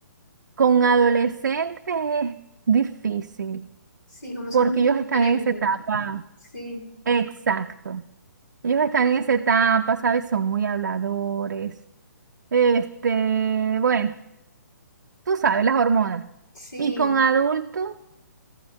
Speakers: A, on the right; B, on the left.
A: Con adolescentes es difícil
B: Sí, como somos
A: porque
B: muy
A: ellos
B: diferentes.
A: están en esa etapa.
B: Sí,
A: Exacto. Ellos están en esa etapa, ¿sabes? Son muy habladores. Este, bueno. tú sabes, las hormonas.
B: sí.
A: Y con adultos